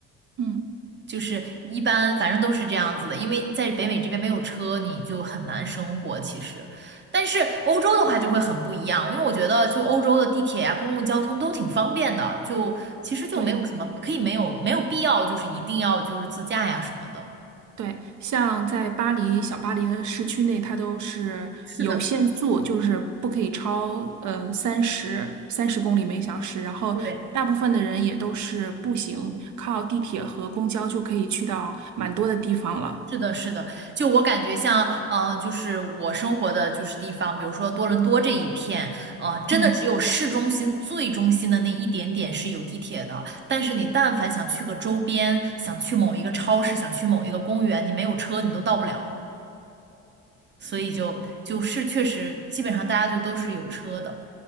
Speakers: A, on the right; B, on the right.
A: 嗯，
B: 就是一般反正都是这样子的，因为在北美这边没有车，你就很难生活其实。但是欧洲的话就会很不一样，因为我觉得就欧洲的地铁呀、公共交通都挺方便的，就其实就没有什么可以没有没有必要就是一定要就是自驾呀什么的。
A: 对。对，像在巴黎小巴黎的市区内，它都是有限速，
B: 是的，
A: 就是不可以超呃三十三十公里每小时。然后大部分的人也都是步行，
B: 对，
A: 靠地铁和公交就可以去到蛮多的地方了。
B: 是的，是的，就我感觉像，呃，就是我生活的就是地方，比如说多伦多这一片，呃，真的只有市中心最中心的那一点点是有地铁的，
A: 嗯
B: 但是你但凡想去个周边，想去某一个超市，想去某一个公园，你没有车你都到不了，所以就就是确实基本上大家就都是有车的。